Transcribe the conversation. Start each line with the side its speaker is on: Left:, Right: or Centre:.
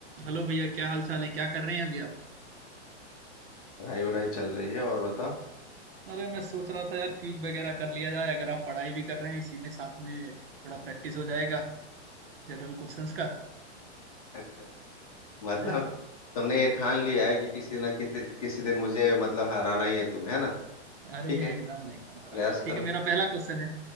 Right: हेलो भैया क्या हाल चाल है क्या कर रहे हैं अभी आप
Left: पढ़ाई वढ़ाई चल रही है और बताओ
Right: अरे मैं सोच रहा था यार क्विज वगैरह कर लिया जाए अगर आप पढ़ाई भी कर रहे हैं इसी में साथ में थोड़ा प्रैक्टिस हो जाएगा जनरल क्वेश्चंस का
Left: <laughs> मतलब
Right: हैं
Left: तुमने ये ठान लिया है कि किसी ना किसी किसी दिन मुझे मतलब हराना ही है तुम्हें है ना
Right: अरे
Left: ठीक है
Right: एकदम एकदम हरा
Left: प्रयास
Right: के ठीक
Left: करो
Right: है मेरा पहला क्वेश्चन है